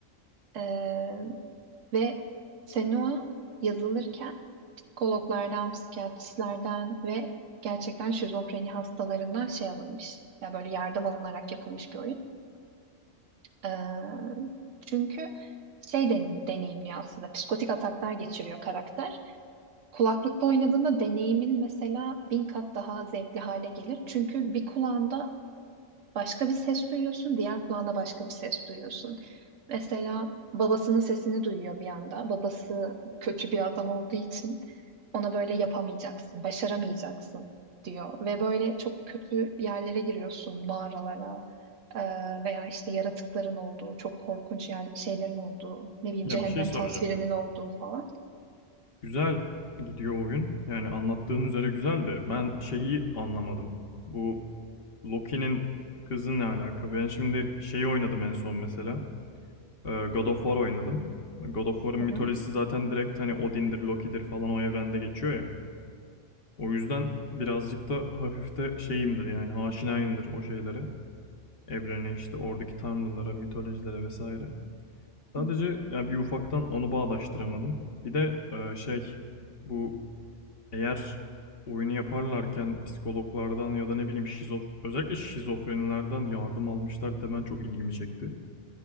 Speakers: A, on the right; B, on the left.
A: Ee, ve Senua yazılırken psikologlardan, psikiyatristlerden ve gerçekten şizofreni hastalarından şey alınmış. Ya böyle yardım alınarak yapılmış bir oyun. Ee, çünkü şey den- deneyimliyor aslında. Psikotik ataklar geçiriyor karakter. Kulaklıkla oynadığında deneyimin mesela bin kat daha zevkli hale gelir. Çünkü bir kulağında başka bir ses duyuyorsun, diğer kulağında başka bir ses duyuyorsun. Mesela babasının sesini duyuyor bir anda. Babası kötü bir adam olduğu için ona böyle yapamayacaksın, başaramayacaksın diyor. Ve böyle çok kötü yerlere giriyorsun, mağaralara eee, veya işte yaratıkların olduğu, çok korkunç yer, şeylerin olduğu, ne bileyim
B: Ya
A: cehennem
B: bir şey soracağım.
A: tasvirinin olduğu falan.
B: Güzel gidiyor oyun. Yani anlattığın üzere güzel de ben şeyi anlamadım. Bu Loki'nin kızı ne alaka? Ben şimdi şeyi oynadım en son mesela. Ee, God of War oynadım. God of War'ın
A: Hı
B: mitolojisi
A: hı.
B: zaten direkt hani Odin'dir, Loki'dir falan o evrende geçiyor ya. O yüzden birazcık da hafif de şeyimdir yani aşinayımdır o şeylere. evrene işte oradaki tanrılara, mitolojilere vesaire. Sadece
A: Hı
B: yani bir ufaktan onu bağdaştıramadım. Bir de e, şey bu eğer oyunu yaparlarken psikologlardan ya da ne bileyim şizof özellikle şizofrenilerden yardım almışlar demen çok ilgimi çekti.